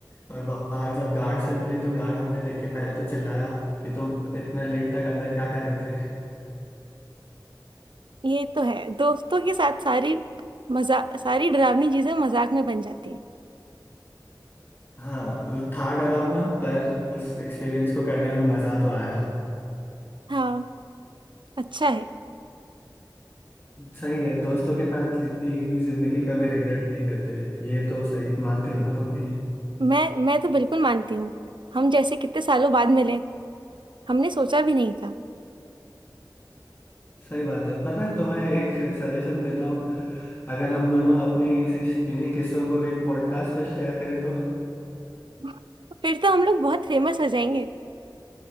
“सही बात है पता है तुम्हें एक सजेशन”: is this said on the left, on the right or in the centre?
Left